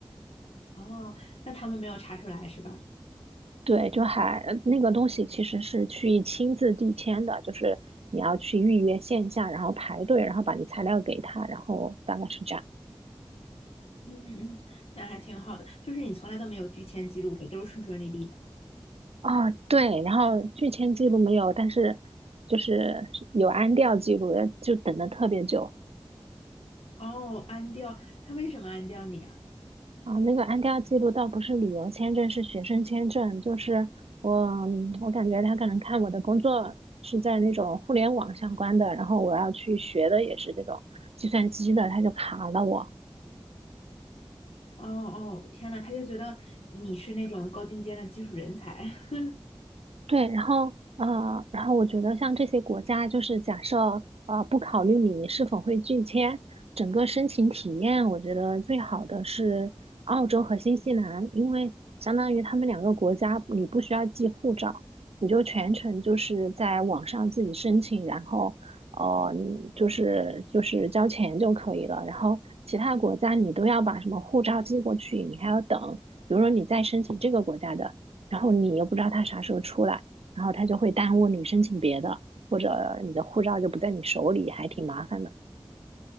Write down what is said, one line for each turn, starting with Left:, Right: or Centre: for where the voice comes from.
Left: 哦，那他们没有查出来是吧？
Right: 对，就还呃那个东西其实是去亲自递签的，就是你要去预约线下，然后排队，然后把你材料给他，然后大概是这样。
Left: 嗯嗯，嗯，那还挺好的，就是你从来都没有拒签记录呗，都是顺顺利利的。
Right: 哦，对，然后拒签记录没有，但是就是有安调记录，呃就等的特别久。
Left: 哦，安掉，他为什么安掉你啊？
Right: 啊，那个安调记录倒不是旅游签证，是学生签证。就是我，我感觉他可能看我的工作是在那种互联网相关的，然后我要去学的也是这种计算机的，他就卡了我。
Left: 哦哦，天呐，他就觉得你是那种高精尖的技术人才。<laughs>
Right: 对，然后呃，然后我觉得像这些国家，就是假设呃不考虑你是否会拒签，整个申请体验，我觉得最好的是澳洲和新西兰，因为相当于他们两个国家，你不需要寄护照，你就全程就是在网上自己申请，然后呃嗯就是就是交钱就可以了。然后其他国家你都要把什么护照寄过去，你还要等，比如说你再申请这个国家的。然后你又不知道他啥时候出来，然后他就会耽误你申请别的，或者你的护照就不在你手里，还挺麻烦的。